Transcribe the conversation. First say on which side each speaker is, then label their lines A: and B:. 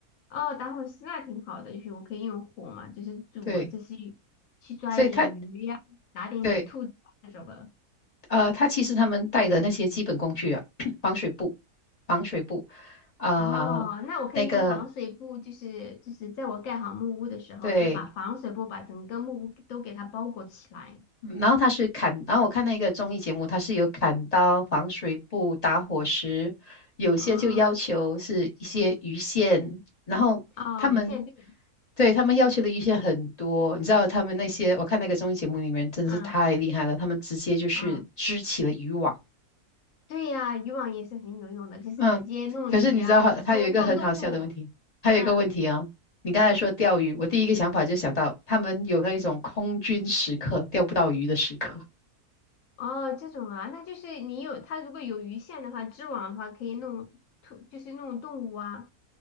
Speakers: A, on the left; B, on the left.
A: 哦，打火石那挺好的，就是我可以用火嘛，就是煮啊，
B: 对，
A: 这些去抓一点鱼呀、
B: 所以他。
A: 打点野兔子啊那种的。
B: 对。呃，他其实他们带的那些基本工具啊，<clears throat> 防水布、防水布啊、
A: 哦，那我可以用防水布，
B: 那个
A: 就是就是在我盖好木屋的时候，
B: 对，
A: 再把防水布把整个木屋都给它包裹起来。
B: 嗯然后他是砍，然后我看那个综艺节目，它是有砍刀、防水布、打火石，有些就要求是一些鱼线，
A: 啊，
B: 然后他们
A: 哦，鱼线对，
B: 对他们要求的鱼线很多，你知道他们那些，我看那个综艺节目里面真的是太厉害了，
A: 嗯
B: 他们直接就是织起了渔网。
A: 嗯。对呀，渔网也是很有用的，就是直接弄鱼呀、
B: 嗯，可是你知道它，它有一个很好笑的问题，
A: 弄弄动物。
B: 还有一个问题啊、
A: 嗯
B: 你刚才说钓鱼，
A: 嗯，
B: 我第一个想法就想到他们有那一种空军时刻，钓不到鱼的时刻。
A: 哦，这种啊，那就是你有它如果有鱼线的话，织网的话可以弄兔，就是弄动物啊，